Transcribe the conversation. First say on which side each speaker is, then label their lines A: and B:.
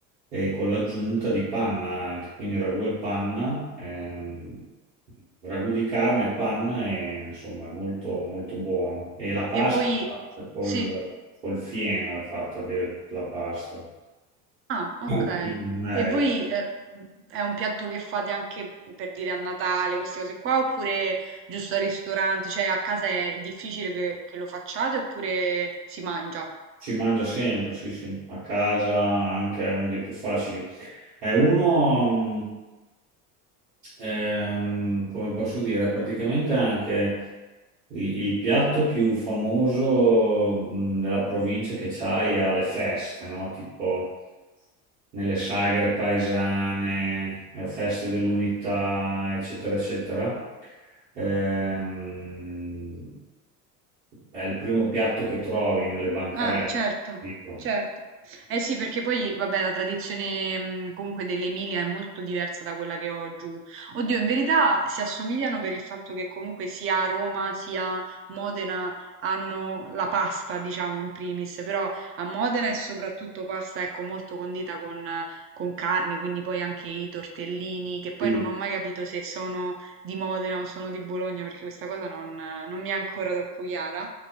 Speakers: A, on the right; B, on the right.
A: e con l'aggiunta di panna, anche, quindi ragù e panna, ehm, ragù di carne e panna, e, insomma è molto, molto buono. E la pasta
B: E voi
A: è fatta col,
B: sì.
A: col fieno, è fatta dire la pasta,
B: Ah, okay.
A: Mm. non è
B: E voi eh, è un piatto che fate anche per dire a Natale, queste cose qua, oppure giusto al ristorante? Cioè a casa è difficile che, che lo facciate oppure si mangia?
A: Si mangia sempre, sì, sì, a casa anche è uno dei più facili. È uno, mh, ehm, come posso dire, praticamente anche il, il piatto più famoso, mh, della provincia che c'hai alle feste, no? Tipo nelle sagre paesane, a feste dell'unità, eccetera, eccetera. Ehm, è il primo piatto che trovi nelle bancarelle,
B: Ah, certo,
A: capito?
B: certo. Eh sì, perché poi, vabbè, la tradizione mh, comunque dell'Emilia è molto diversa da quella che ho giù. Oddio, in verità si assomigliano per il fatto che comunque sia Roma sia Modena hanno la pasta, diciamo, in primis, però a Modena è soprattutto pasta, ecco, molto condita con, eh, con carne, quindi poi anche i tortellini, che poi
A: Sì,
B: non ho mai capito se sono di Modena o sono di Bologna, perché questa cosa non non mi è ancora troppo chiara.